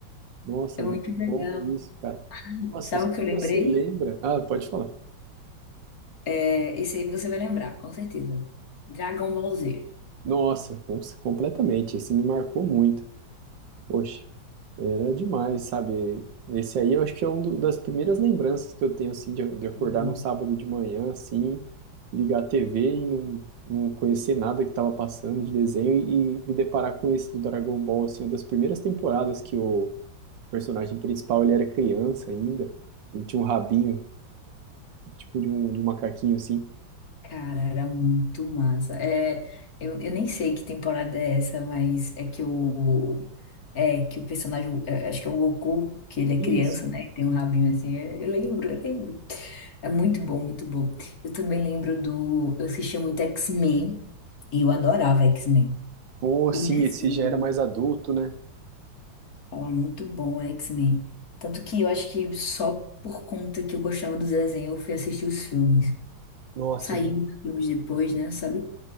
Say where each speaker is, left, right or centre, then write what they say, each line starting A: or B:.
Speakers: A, on the right; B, on the left.
A: Nossa,
B: é muito
A: muito
B: legal.
A: bom isso, cara. Nossa,
B: Sabe
A: não sei
B: o que
A: se
B: eu lembrei?
A: você lembra. Ah, pode falar.
B: É, esse aí você vai lembrar, com certeza. Dragon Ball Z.
A: Nossa, com- completamente. Esse me marcou muito. Poxa. Era demais, sabe? Esse aí eu acho que é uma das primeiras lembranças que eu tenho, assim, de, de acordar
B: Uhum.
A: num sábado de manhã, assim, ligar a TV e não, não conhecer nada que estava passando de desenho e, e me deparar com esse do Dragon Ball, assim, uma das primeiras temporadas que o personagem principal, ele era criança ainda, ele tinha um rabinho, tipo de um, de um macaquinho, assim.
B: Cara, era muito massa. É, eu, eu nem sei que temporada é essa, mas é que o, é, que o personagem, é, acho que é o Goku, que ele é criança,
A: Isso.
B: né? Tem um rabinho assim. é, eu lembro, eu lembro. É muito bom, muito bom. Eu também lembro do. Eu assistia muito X-Men e eu adorava X-Men.
A: Pô,
B: O
A: sim,
B: desenho.
A: esse já era mais adulto, né?
B: Oh, é muito bom, X-Men. Tanto que eu acho que só por conta que eu gostava dos desenhos, eu fui assistir os filmes.
A: Nossa,
B: Saíram os filmes depois, né? Sabe?